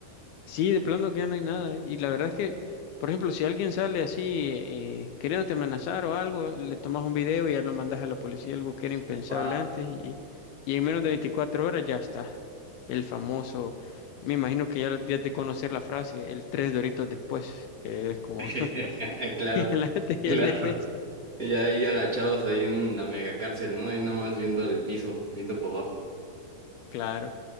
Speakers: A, on the left; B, on the right.
A: Sí, de plano que ya no hay nada, y la verdad es que, por ejemplo, si alguien sale así, eh, queriéndote amenazar o algo, le tomas un video y ya lo mandas a la policía, algo que era impensable
B: Wow.
A: antes, y, y en menos de 24 horas ya está, el famoso... Me imagino que ya, ya has de conocer la frase, el tres doritos después, que es como
B: <laughs>
A: <laughs>
B: Claro,
A: El antes y
B: claro.
A: el después.
B: Ya ahí agachados ahí en la mega cárcel, ¿no? Ahí nada más viendo el piso, viendo para abajo.
A: Claro.